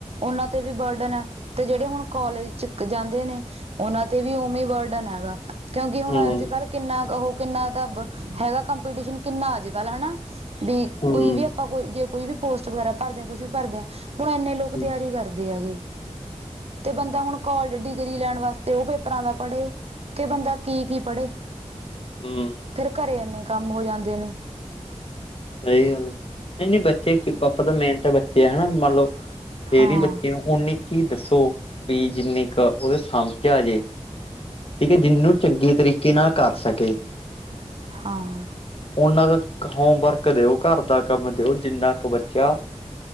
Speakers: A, on the right; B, on the left.
A: ਓਨਾਂ ਤੇ ਵੀ ਬਰਡਨ ਐ। ਤੇ ਜੇੜੇ ਹੁਣ ਕੋਲਜ ਚ ਜਾਂਦੇ ਨੇ ਓਨਾਂ ਤੇ ਵੀ ਉਮੇ ਈ ਵਰਡਨ ਹੈਗਾ ਕਿਉਂਕਿ ਹੁਣ
B: ਹੂੰ-ਹੂੰ,
A: ਅੱਜ ਕੱਲ ਕਿੰਨਾ ਕੁ ਹ ਕਿੰਨਾ ਕਬ ਹੈਗਾ ਕੰਪੀਟੀਸ਼ਨ ਕਿੰਨਾ ਅੱਜ ਕੱਲ ਹਣਾ ਬੀ
B: ਹੂੰ,
A: ਕੋਈ ਵੀ ਆਪਾਂ ਜੇ ਕੋਈ ਵੀ ਪੋਸਟ ਵਗੈਰਾ ਭਰਦੇ ਆਂ ਕੁੱਛ ਵੀ ਭਰਦੇ ਆਂ ਹੁਣ ਏਨੇ ਲੋਕ
B: ਹੂੰ।
A: ਤਿਆਰੀ ਕਰਦੇ ਹੈਗੇ ਤੇ ਬੰਦਾ ਹੁਣ ਕੋਲਜ ਡਿਗਰੀ ਲੈਣ ਵਾਸਤੇ ਓ ਪੇਪਰਾਂ ਦਾ ਪੜ੍ਹੇ ਕਿ ਬੰਦਾ ਕੀ ਕੀ ਪੜ੍ਹੇ
B: ਹੂੰ,
A: ਫੇਰ ਘਰੇ ਏਨੇ ਕੰਮ ਹੋ ਜਾਂਦੇ ਨੇ।
B: ਸਈ ਗੱਲ ਨਈ ਨਈ ਬੱਚੇ ਪਾਪਾ ਤਾ ਮੇਨ ਤਾਂ ਬੱਚੇ ਆ ਹਨਾ ਮੰਨ ਲੋ ਫੇਰ
A: ਹਾਂ
B: ਈ ਬੱਚੇ ਨੂੰ ਉਨੀ ਕੀ ਦੱਸੋ ਬੀ ਜਿੰਨੀ ਕੁ ਓਦੇ ਸਮਝ ਆ ਜੇ ਠੀਕ ਐ ਜਿਨੂੰ ਚੰਗੇ ਤਰੀਕੇ ਨਾਲ ਕਰ ਸਕੇ
A: ਹਾਂ
B: ਓਨਾ ਕ ਹੋਮਵਰਕ ਦਿਓ ਘਰ ਦਾ ਕੰਮ ਦਿਓ ਜਿੰਨਾ ਕੁ ਬੱਚਾ